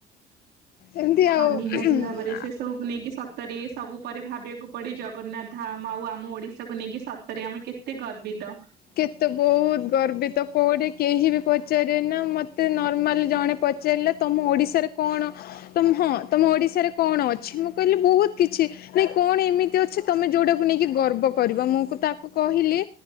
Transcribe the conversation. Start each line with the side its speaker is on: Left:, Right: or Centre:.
Left: ଏମିତି ଆଉ
Right: ହଁ ନିହାତି ଭାବରେ
Left: ଆ
Right: ସେ ସବୁକୁ ନେଇକି ସତରେ ସବୁ ପରେ ଭାବିବାକୁ ପଡ଼େ ଜଗନ୍ନାଥ ଧାମ ଆଉ ଆମ ଓଡ଼ିଶାକୁ ନେଇକି ସତରେ ଆମେ କେତେ ତେ ଗର୍ବିତ
Left: କେତେ ବୋହୁତ ଗର୍ବିତ କୋଉଠି କେହି ବି ପଚାରେନା ମତେ ନର୍ମାଲି ଜଣେ ପ ଚାରଲା ତମ ଓଡ଼ିଶାରେ କଣ ତମ ହଁ ତମ ଓଡିଶାରେ କଣ ଅଛି ମୁଁ କହିଲି ବୋହୁତ କିଛି। ନାଇଁ କଣ ଏମିତି ଅଛି ତମେ ଯୋଉଟାକୁ ନେଇକି ଗର୍ବ କରିବ ମୁଁ ତାକୁ କହିଲି